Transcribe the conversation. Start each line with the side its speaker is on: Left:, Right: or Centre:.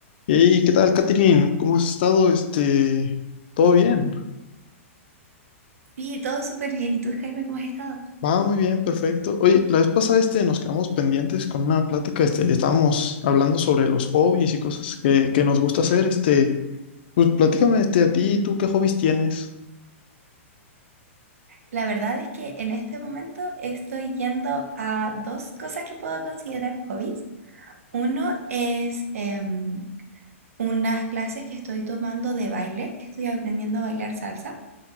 Left: Hey, ¿qué tal, Katherine? ¿Cómo has estado? Este, todo bien.
Right: Sí, todo súper bien. ¿Y tú, Jaime, cómo has estado?
Left: Va muy bien, perfecto. Oye, la vez pasada este, nos quedamos pendientes con una plática. Este, estábamos hablando sobre los hobbies y cosas que, que nos gusta hacer. Este, pues platícame este, a ti, ¿tú qué hobbies tienes?
Right: La verdad es que en este momento estoy yendo a dos cosas que puedo considerar hobbies. Uno es em, unas clases que estoy tomando de baile. Estoy aprendiendo a bailar salsa.